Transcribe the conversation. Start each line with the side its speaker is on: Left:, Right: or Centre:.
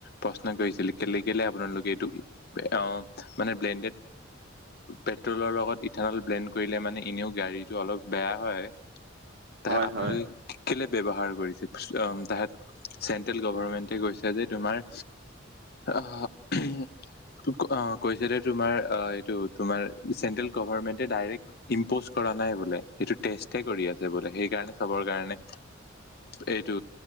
Left: প্ৰশ্ন কৰিছিল। কেলে কেলে আপোনালোকে এইটো অ মানে বেণ্ডেড পেট্ৰলৰ লগত ইথানল ব্লেণ্ড কৰিলে মানে এনেও গাড়ীতটো অলপ বেয়া হয়।
Right: <unintelligible>
Left: তাহে
Right: হয়
Left: আপোনালোকে
Right: হয়
Left: কেলে ব্যৱহাৰ কৰিছে তাহেত চেন্ট্ৰেল গভমেন্টে কৈছে যে তোমাৰ অ <unintelligible> কৈছে তোমাৰ এইটো তোমাৰ চেন্ট্ৰেল গৰ্ভমেন্টে ইম্পজ কৰা নাই বোলে সেইটো টেষ্ট কৰি আছে বোলে। সেইকাৰণে চবৰ কাৰণে এইটো